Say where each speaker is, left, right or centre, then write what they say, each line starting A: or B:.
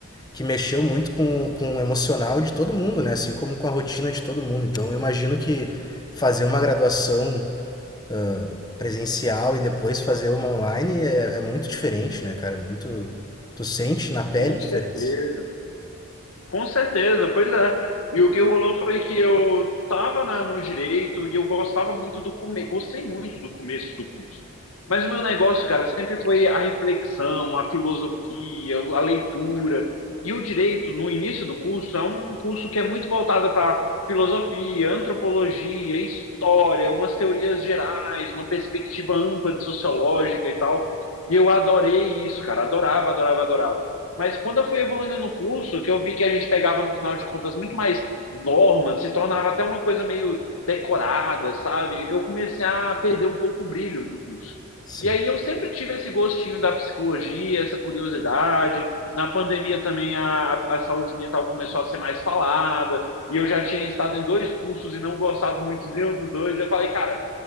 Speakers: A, on the left; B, on the left.
A: que mexeu muito com, com o emocional de todo mundo, né? Assim como com a rotina de todo mundo. Então, eu imagino que fazer uma graduação ah, presencial e depois fazer uma online é, é muito diferente, né, cara? É muito. Tu sente na pele
B: com
A: a diferença.
B: certeza. Com certeza, pois é. E o que rolou foi que eu estava no direito e eu gostava muito do começo, gostei muito do começo do curso. Mas o meu negócio, cara, sempre foi a reflexão, a filosofia, a leitura. E o direito, no início do curso, é um curso que é muito voltado para filosofia, antropologia, história, umas teorias gerais, uma perspectiva ampla de sociológica e tal. E eu adorei isso, cara. Adorava, adorava, adorava. Mas quando eu fui evoluindo no curso, que eu vi que a gente pegava, no final de contas, muito mais normas, se tornava até uma coisa meio decorada, sabe? Eu comecei a perder um pouco o brilho do curso.
A: Sim.
B: E aí eu sempre tive esse gostinho da psicologia, essa curiosidade. Na pandemia também a, a saúde mental começou a ser mais falada. E eu já tinha estado em dois cursos e não gostado muito de nenhum dos dois. Eu falei, cara,